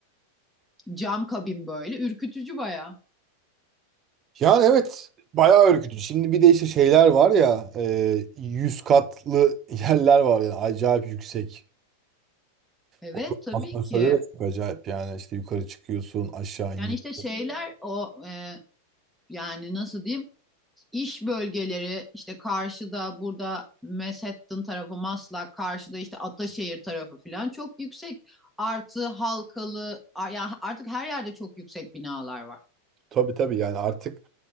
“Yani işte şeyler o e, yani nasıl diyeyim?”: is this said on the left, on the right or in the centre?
Centre